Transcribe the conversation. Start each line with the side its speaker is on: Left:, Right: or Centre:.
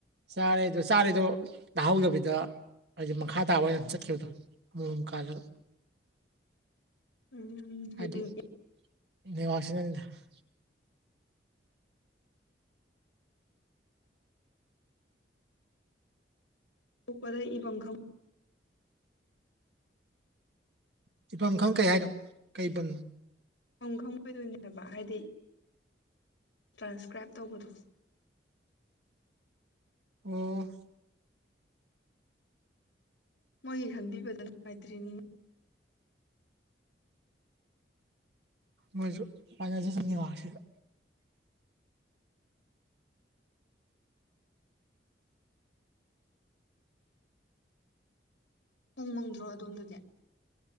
Right: ꯆꯥꯔꯦꯗꯣ ꯆꯥꯔꯦꯗꯣ ꯇꯥꯍꯧꯗꯕꯤꯗ ꯍꯥꯏꯗꯤ ꯃꯈꯥ ꯇꯥꯕ ꯑꯣꯏꯅ ꯆꯠꯈꯤꯕꯗꯣ ꯑꯃꯨꯛ ꯃꯨꯛ ꯀꯥꯜꯂꯒ
Left: ꯎꯝ ꯍꯌꯦꯡ
Right: ꯍꯥꯏꯗꯤ <unintelligible>
Left: ꯄꯣꯛꯄꯗ ꯏꯕꯝ
Right: ꯆꯐꯝ ꯈꯪ ꯀꯩ ꯍꯥꯏꯅꯣ ꯀꯩꯕ
Left: ꯏꯕꯝ ꯈꯪꯉꯣꯏꯗꯣꯏꯅꯦ ꯍꯥꯏꯕꯥ ꯍꯥꯏꯗꯤ ꯇ꯭ꯔꯥꯟꯁꯀ꯭ꯔꯥꯏꯞ ꯇꯧꯕꯗꯣ
Right: ꯑꯣ
Left: ꯃꯣꯏꯒꯤ ꯈꯟꯕꯤꯕꯗ ꯅꯨꯡꯉꯥꯏꯇ꯭ꯔꯤꯅꯤ
Right: ꯃꯣꯏꯖꯨ ꯄꯥꯖꯁꯥꯅꯤ ꯅꯦꯠꯋꯛꯁꯤꯗꯥ
Left: ꯅꯣꯡ ꯃꯪꯗ꯭ꯔꯣ ꯑꯗꯣꯝꯗꯤ